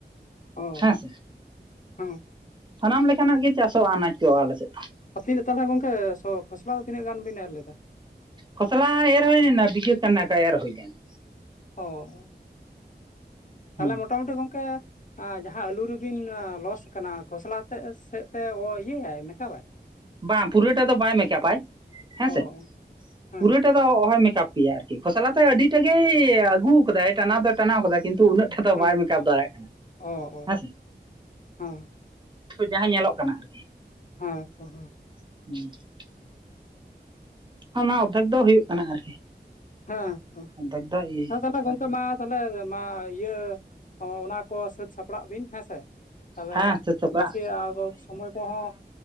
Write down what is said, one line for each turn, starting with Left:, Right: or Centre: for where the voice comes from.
Left: ᱚ
Right: ᱦᱮᱸ ᱥᱮ,
Left: ᱦᱮᱸ
Right: ᱥᱟᱱᱟᱢ ᱞᱮᱠᱟᱱᱟᱜ ᱜᱮ ᱪᱟᱥᱚᱜᱼᱟ ᱟᱱᱟᱡ ᱠᱚ ᱟᱞᱮ ᱥᱮᱫ ᱫᱚ᱾
Left: ᱟᱵᱤᱱ ᱫᱚ ᱛᱟᱦᱚᱞᱮ ᱜᱚᱝᱠᱮ ᱥᱚ ᱠᱷᱚᱥᱞᱟ ᱫᱚ ᱛᱤᱱᱟᱹᱜ ᱜᱟᱱ ᱵᱤᱱ ᱮᱨ ᱞᱮᱫᱟ?
Right: ᱠᱷᱚᱥᱞᱟ ᱮᱨ ᱦᱩᱭ ᱞᱮᱱᱟ ᱵᱤᱜᱷᱟᱹ ᱠᱟᱱᱟᱠᱟ ᱮᱨ ᱦᱩᱭ ᱞᱮᱱᱟ᱾
Left: ᱚ ᱛᱟᱦᱞᱮ
Right: ᱦᱩᱸ
Left: ᱢᱚᱴᱟᱢᱩᱴᱤ ᱜᱚᱝᱠᱮᱼᱼ ᱡᱟᱦᱟᱸ ᱟᱹᱞᱩ ᱨᱮᱵᱤᱱ ᱞᱚᱥ ᱟᱠᱟᱱᱟ ᱠᱷᱚᱥᱞᱟ ᱛᱮᱜ ᱥᱮᱜ ᱛᱮ ᱤᱭᱟᱹᱭᱟᱭ ᱢᱮᱠᱟᱯ ᱟᱭ?
Right: ᱵᱟᱝ ᱯᱩᱨᱟᱹᱴᱟ ᱫᱚ ᱵᱟᱭ ᱢᱮᱠᱟᱯᱟᱭ ᱦᱮᱸ
Left: ᱚ
Right: ᱥᱮ,
Left: ᱦᱮᱸ
Right: ᱯᱩᱨᱟᱹᱴᱟ ᱚᱦᱚᱭ ᱢᱮᱠᱟᱯ ᱜᱮᱭᱟ ᱟᱨᱠᱤ᱾ ᱠᱷᱚᱥᱞᱟ ᱛᱮ ᱟᱹᱰᱤᱴᱮᱜ ᱜᱮᱭ ᱟᱹᱜᱩ ᱟᱠᱟᱫᱟᱭ ᱴᱟᱱᱟᱣ ᱫᱚ ᱴᱟᱱᱟᱣ ᱠᱟᱫᱟ ᱠᱤᱱᱛᱩ ᱩᱱᱟᱹᱜ ᱴᱷᱮᱜ ᱫᱚ
Left: ᱦᱮᱸ
Right: ᱵᱟᱭ ᱢᱮᱠᱟᱯ ᱫᱟᱲᱮᱜ ᱠᱟᱱᱟ᱾
Left: ᱚ ᱚ
Right: ᱦᱮᱸᱥᱮ,
Left: ᱦᱮᱸ
Right: ᱡᱟᱦᱟᱸ ᱧᱮᱞᱚᱜ ᱠᱟᱱᱟ ᱟᱨᱠᱤ᱾
Left: ᱦᱮᱸ ᱛᱚ ᱦᱮᱸ᱾
Right: <inaudible> ᱚᱱᱟ ᱚᱫᱽᱫᱷᱮᱠ ᱫᱚ ᱦᱩᱭᱩᱜ ᱠᱟᱱᱟ ᱟᱨᱠᱤ᱾
Left: ᱦᱮᱸ ᱛᱚ᱾
Right: ᱚᱨᱫᱷᱮᱠ ᱫᱚ ᱤᱭᱟᱹ
Left: ᱦᱮᱸ ᱛᱟᱦᱞᱮ ᱜᱚᱝᱠᱮ
Right: ᱟᱨᱠᱤ
Left: ᱢᱟ ᱛᱟᱦᱚᱞᱮ ᱢᱟ ᱤᱭᱟᱹ ᱚᱱᱟ ᱠᱚ ᱥᱟᱹᱛᱼᱼ ᱥᱟᱯᱲᱟᱜ ᱵᱤᱱ ᱦᱮᱸᱥᱮ, ᱛᱟᱦᱞᱮ
Right: ᱦᱮᱸ ᱥᱟᱹᱛ ᱥᱟᱯᱲᱟᱜ
Left: ᱵᱮᱥᱤ ᱟᱨᱚ ᱥᱚᱢᱚᱭ ᱠᱚᱦᱚᱸ